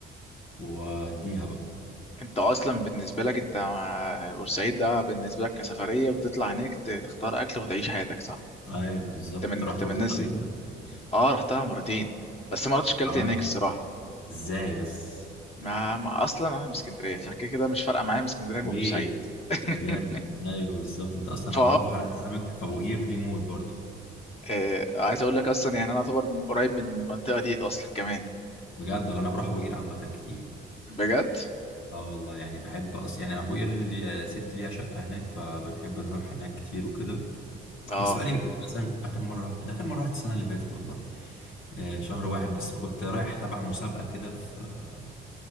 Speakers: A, on the left (about 85°); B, on the left (about 30°).
A: واديها بقى
B: انت اصلا بالنسبه لك انت مع بورسعيد ده بالنسبه لك كسفريه وتطلع هناك ت- تختار اكل وتعيش حياتك صح
A: ايوه بالظبط
B: انت
A: أنت
B: من
A: رحت
B: انت من
A: بورسعيد
B: الناس
A: قبل
B: دي
A: كده
B: اه رحتها مرتين بس ما رحتش كلت
A: عملت
B: هناك الصراحه
A: ازاي بس
B: ما, ما اصلا انا من اسكندريه فكده كده مش فارقه معايا من اسكندريه وبورسعيد
A: ايه
B: <laughs>
A: ده جامد ايوه بالظبط انت اصلا
B: ف
A: عندكم حلقه سمك في ابو قير دي موت برضه
B: آه، عايز اقول لك اصلا يعني انا اعتبر من- قريب من المنطقه دي اصلا كمان
A: بجد ولا انا بروح ابو قير عامه كتير
B: بجد
A: اه والله يعني بحب اصلا يعني ابو قير اللي ست ليها شقه هناك فبنحب نروح هناك كتير وكده
B: اه
A: بس بقالي كتير، مثلا اخر مره رحت ده اخر مره رحت السنه اللي فاتت والله آه، شهر واحد بس كنت رايح تبع مسابقه كده في آه،